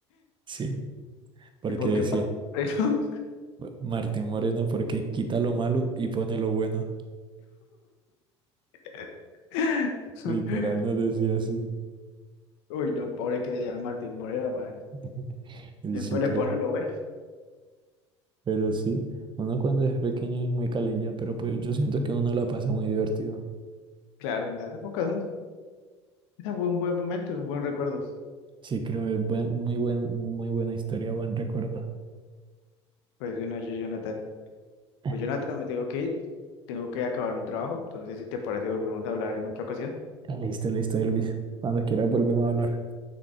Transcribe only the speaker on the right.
Sí, porque
decía
"Bu- Martín Moreno porque quita lo malo y pone lo bueno.
Literal nos decía así.
<laughs> El
chicle.
Pero sí, uno cuando es pequeño es muy calilla, pero pues yo siento que uno la pasa muy divertido.
Sí, creo que es buen- muy buen, muy buena historia, buen recuerdo.
<laughs>
Listo, listo, Elvis. Cuando quiera volvemos a hablar.